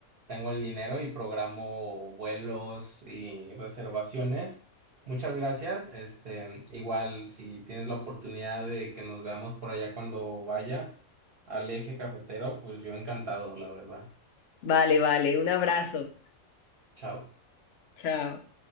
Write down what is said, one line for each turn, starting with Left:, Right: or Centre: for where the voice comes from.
Right: tengo el dinero y programo vuelos y reservaciones. Muchas gracias. Este, igual si tienes la oportunidad de que nos veamos por allá cuando vaya al eje cafetero, pues yo encantado, la verdad.
Left: Vale, vale, un abrazo.
Right: Chao.
Left: Chao.